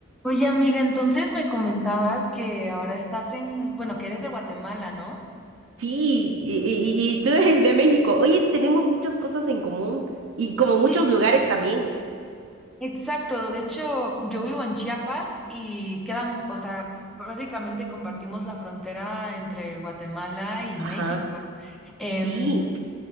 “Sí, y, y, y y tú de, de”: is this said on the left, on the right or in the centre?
Right